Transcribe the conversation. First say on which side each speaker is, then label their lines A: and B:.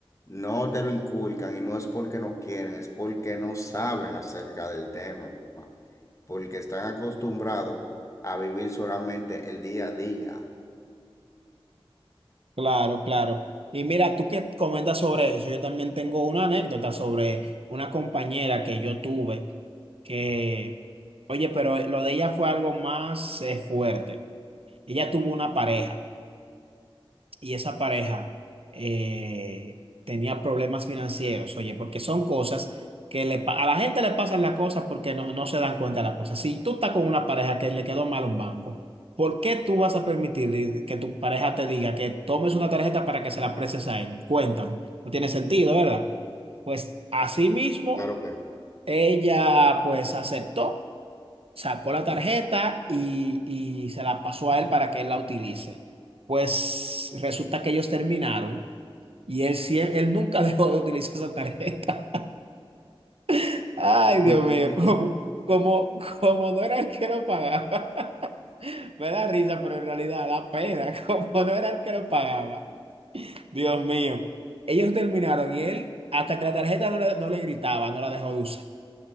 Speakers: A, on the left; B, on the right.
A: no te lo inculcan y no es porque no quieren, es porque no saben acerca del tema, porque están acostumbrados a vivir solamente el día a día.
B: Claro, claro. Y mira, tú que comentas sobre eso, yo también tengo una anécdota sobre una compañera que yo tuve que, oye, pero lo de ella fue algo más eh, fuerte. Ella tuvo una pareja y esa pareja eh, tenía problemas financieros, oye, porque son cosas que le, pa- a la gente le pasan las cosas porque no, no se dan cuenta de las cosas. Si tú estás con una pareja que le quedó mal un banco, ¿por qué tú vas a permitir que tu pareja te diga que tomes una tarjeta para que se la prestes a él? Cuéntame, no tiene sentido, ¿verdad? Pues así mismo,
A: Claro que no.
B: ella pues aceptó sacó la tarjeta y, y se la pasó a él para que él la utilice. Pues resulta que ellos terminaron y él, sie- él nunca <laughs> dejó de utilizar esa tarjeta. <laughs> Ay,
A: <laughs>
B: Dios mío, como, como, como no era el que lo pagaba. <laughs> Me da risa, pero en realidad da pena, <laughs> como no era el que lo pagaba. Dios mío, ellos terminaron y él, hasta que la tarjeta no le, no le gritaba, no la dejó de usar.